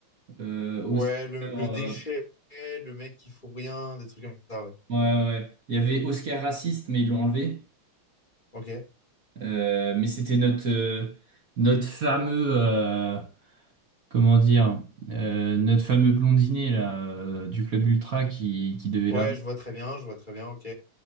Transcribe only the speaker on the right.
euh, Oscar.
euh,
ouais, ouais. Il y avait Oscar raciste, mais ils l'ont enlevé.
Euh, mais c'était notre, euh, notre fameux. euh, comment dire? euh, notre fameux blondinet, là, euh, du club Ultra qui, qui devait
l'avoir.